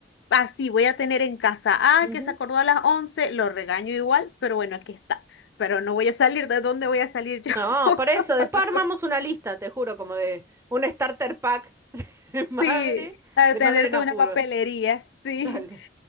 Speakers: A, on the left; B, on the right.
A: así voy a tener en casa, ah,
B: Ujú.
A: que se acordó a las 11, lo regaño igual, pero bueno, aquí está. Pero no voy a salir, ¿de dónde voy a salir yo?
B: No,
A: <laughs>
B: por eso, después armamos una lista, te juro, como de un starter pack <laughs> de madre,
A: Sí, al
B: de
A: tener
B: madre en
A: toda
B: apuros.
A: una papelería, sí.
B: Dale.